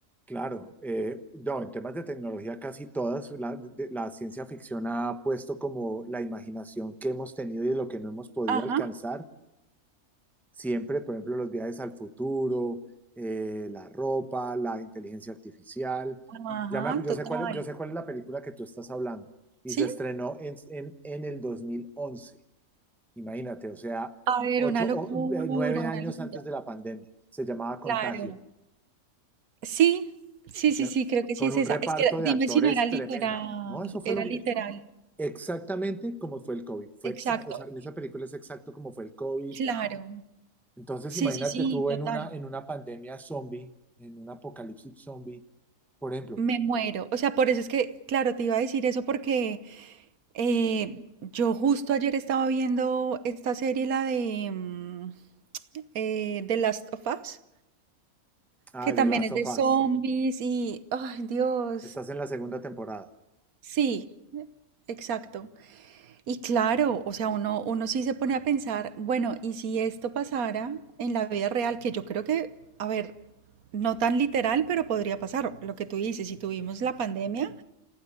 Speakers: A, in the centre; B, on the right (about 80°).
A: Claro, eh, no, en temas de tecnología casi todas, la, de- la ciencia ficción ha puesto como la imaginación que hemos tenido y de lo que no hemos podido
B: Ajá,
A: alcanzar, siempre, por ejemplo, los viajes al futuro, eh, la ropa, la inteligencia artificial.
B: ajá,
A: Ya me, acu- yo
B: total.
A: sé cuál, es- yo sé cuál es la película que tú estás hablando y
B: ¿Sí?
A: se estrenó en, en, en el 2011. imagínate, o sea,
B: A ver,
A: ocho,
B: una locura,
A: o- eh, nueve
B: una
A: años
B: locura.
A: antes de la pandemia, se llamaba Contagio.
B: Claro. Sí, sí, sí,
A: sea,
B: sí, creo que
A: con
B: sí es
A: un
B: esa.
A: reparto
B: Es que era- dime
A: de actores
B: si no era literal,
A: tremenda. No, eso fue
B: era
A: lo
B: literal.
A: que, exactamente como fue el COVID. Fue
B: Exacto.
A: exa- o sea, en esa película es exacto como fue el COVID.
B: Claro,
A: Entonces,
B: sí,
A: imagínate
B: sí, sí,
A: tú
B: total.
A: en una, en una pandemia zombie, en un apocalipsis zombie, por ejemplo,
B: Me muero. O sea, por eso es que, claro, te iba a decir eso porque eh, yo justo ayer estaba viendo esta serie, la de mm, eh, The Last of Us,
A: ah,
B: que
A: de
B: también
A: Last
B: es
A: of
B: de
A: Us.
B: zombies y, ay, Dios,
A: Estás en la segunda temporada.
B: sí, exacto. Y claro, o sea, uno, uno sí se pone a pensar, bueno, ¿y si esto pasara en la vida real? Que yo creo que, a ver, no tan literal, pero podría pasar. Lo que tú dices, si tuvimos la pandemia,